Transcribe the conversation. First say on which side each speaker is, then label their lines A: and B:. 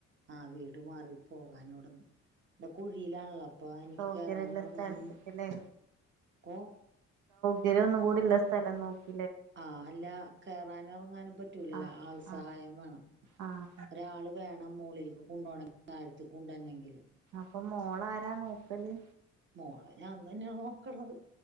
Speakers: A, on the right (about 40°); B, on the right (about 85°).
A: ആ വീട് മാറി പോവാനിവിട്ന്ന് ഇവ്ടെ കുഴിയിലാല്ലോ. അപ്പോ എനിക്ക്
B: സൗകര്യള്ള
A: കേറാനും എറങ്ങാനും
B: സ്ഥലത്ത്ക്കല്ലേ
A: ഓ
B: കര്യം ഒന്നും കൂടി ഇള്ള സ്ഥലം നോക്ക്
A: ആ അല്ലാ കേറാനും എറങ്ങാനും പറ്റൂലല്ലോ
B: ആഹ്
A: ആൾ സഹായം
B: ആഹ്
A: വേണം.
B: ആഹ്
A: ഒരാള് വേണം മോളിൽ കുണ്ടോണം കാലത്ത് കുണ്ടെര് ണെങ്കില്
B: അപ്പോ മോളാ ആരാ നോക്കല്?
A: മോളെ ഞാൻ തന്നെ നോക്കണത്.